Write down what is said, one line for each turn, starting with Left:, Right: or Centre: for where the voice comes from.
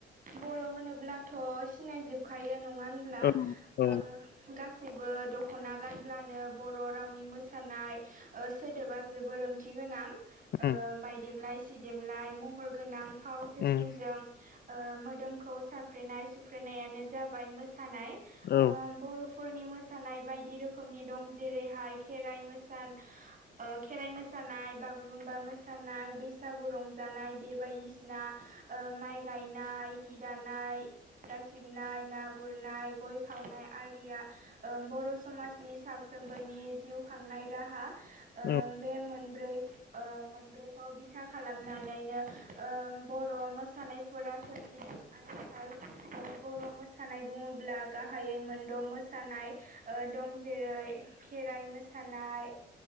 Right: बर' होनोब्लाथ' सिनायजोबखायो नङानो होनब्ला
Left: औ औ
Right: आ गासैबो दख'ना गानब्लानो बर' रावनि मोसानाय ओ सोदोबा जोबोर रों थि गोनां
Left: उम
Right: बायदेमलाय सिदेमलाय महर गोनां फाव फेसनजों
Left: उम
Right: मोदोमखौ साफ्रेनाय सुफ्रेनायानो जाबाय मोसानाय
Left: औ
Right: बर' फोरनि मोसानाय बायदि रोखोमनि दं जेरैहाय खेराइ मोसानाय ओ खेराइ मोसानाय बागुरुम्बा मोसानाय बैसागु रंजानाय बे बायदिसिना माइ गायनाय हि दानाय सिथ्ला सिबनाय ना गुरनाय गय खावनाय आरिया बर' समाजनि साफ्रोमबोनि जिउ खांनाय राहा
Left: औ
Right: बे मोनब्रै मोनब्रैखौ बिथा खालामनानैनो बर' मोसानायफोरा सोमजिदों आरो आथिखाल बर' मोसानाय बुङोब्ला गाहायै मोनद' मोसानाय दं जेरै खेराइ मोसानाय